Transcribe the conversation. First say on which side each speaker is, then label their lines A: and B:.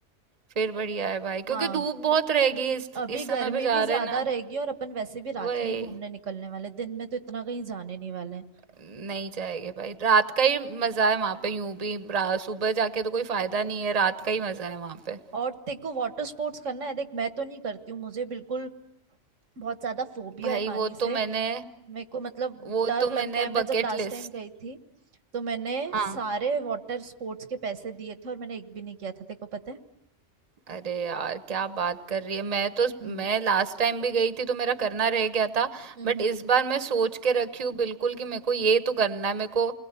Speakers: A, on the right (about 35°); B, on the right (about 85°).
A: फिर बढ़िया है भाई क्योंकि
B: हाँ
A: धूप बहुत रहेगी इस
B: अभी
A: इस
B: गर्मी
A: समय पे जा
B: भी ज्यादा
A: रहे हैं ना
B: रहेगी और अपन वैसे भी रात
A: वही
B: में ही घूमने निकलने वाले हैं। दिन में तो इतना कहीं जाने नहीं वाले हैं
A: नहीं जाएंगे भाई रात का ही मजा है वहां पे यूं भी रा- सुबह जाके तो कोई फायदा नहीं है रात का ही मजा है वहां पे
B: और तेरे को वाटर स्पोर्ट्स करना है देख मैं तो नहीं करती हूँ मुझे बिल्कुल बहुत ज्यादा फोबिया
A: भाई
B: है
A: वो
B: पानी से
A: तो मैंने
B: मेरे को मतलब
A: वो
B: डर
A: तो मैंने
B: लगता है मैं
A: बकेट
B: जब लास्ट
A: लिस्ट
B: टाइम गई थी तो मैंने
A: हाँ
B: सारे वाटर स्पोर्ट्स के पैसे दिए थे और मैंने एक भी नहीं किया था तेरे को पता है
A: अरे यार क्या बात कर रही है मैं तो
B: हम्म
A: मैं लास्ट टाइम भी गई थी तो मेरा करना रह गया था
B: हम्म
A: बट इस बार मैं सोच के रखी हूँ बिल्कुल कि मेरे को ये तो करना है मेरे को